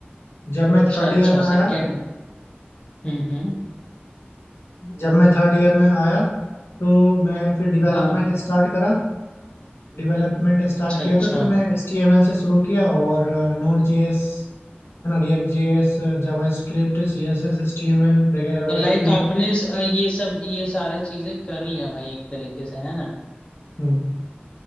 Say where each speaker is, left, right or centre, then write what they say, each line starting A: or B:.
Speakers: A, on the left; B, on the left.
A: जब मैं
B: अच्छा
A: थर्ड
B: अच्छा
A: ईयर में आया
B: सेकेंड हम्म हम्म
A: जब मैं थर्ड ईयर में आया तो मैं फिर डेवलपमेंट
B: हाँ
A: स्टार्ट करा डेवलपमेंट स्टार्ट
B: अच्छा
A: किया
B: अच्छा
A: तो फिर मैं एच टी एम एल से शुरू किया और नोड जे एस है ना react J S JavaScript C S S H T M L वगैरह
B: तो
A: वगैरह
B: लाइक
A: पूरा
B: आपने स- ये सब ये सारे चीजें कर लिया भाई एक तरीके से है ना
A: हम्म।